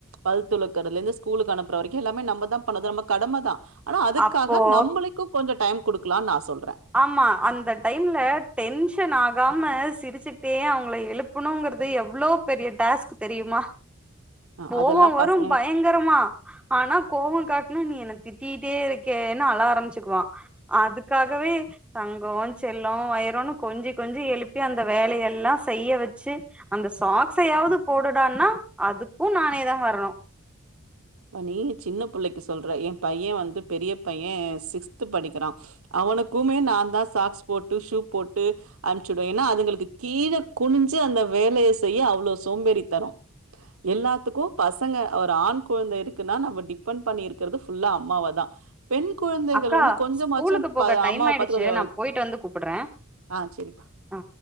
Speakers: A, on the right (about 90°); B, in the centre.
A: பல்துலக்கல இருந்து ஸ்கூல்க்கு அனுப்புற வரைக்கும் எல்லாமே நம்ம தான் பண்ணறது நம்ம கடம தான் ஆனா அதுக்காக
B: அப்போ
A: நம்மளுக்கும் கொஞ்ச டைம் கொடுக்கலாம்னு நான் சொல்றேன்
B: ஆமா அந்த டைம்ல டென்ஷன் ஆகாம சிரிச்சுட்டே அவங்கள எழுப் புனங்கிறது எவ்ளோ பெரிய டாஸ்க் தெரியுமா
A: அ
B: போவம்
A: அதெல்லாம்
B: வரும்
A: பச
B: பயங்கர மா ஆனா கோவம் காட்டுனா நீ என்னை திட்டிட்டே இருக்கேன்னு அள ஆரம்பிச்சுகுவான் அதுக்காகவே தங்கம் செல்லம் வயருன்னு கொஞ்சி கொஞ்சி எழுப்பி அந்த வேலயெல்லாம் செய்ய வெச்சு அந்த சாக்ஸயாவது போடுடான்னா அதுக்கும் நானே தான் வரணு
A: நீ சின்ன புள்ளைக்கு சொல்ற என் பையன் வந்து பெரிய பையன் சிக்ஸ்த் படிக்கிறான் அவனுக்குமே நான் தான் சாக்ஸ் போட்டு ஷூ போட்டு அம்பிச்சுடுவ ஏனா அதுங்களுக்கு கீழே குனிஞ்சு அந்த வேலய செய்ய அவ்ளோ சோம்பேறி தனம் எல்லாத்துக்கும் பசங்க ஒரு ஆண் கொழந்த இருக்குன்னா நம்ம டிபெண்ட் பண்ணி இருக்குறது ஃபுல்லா அம்மாவ தான் பெண் கொழந்தைகள்
B: அக்கா
A: வந்து கொஞ்சமாச்சும்
B: ஸ்கூலுக்கு போக டைம்
A: அம்மாவ
B: ஆயிடுச்சு
A: பாத்து கொஞ்ச
B: நா போயிட்டு வந்து கூப்புட்றே
A: ஆ செரிமா
B: ஆ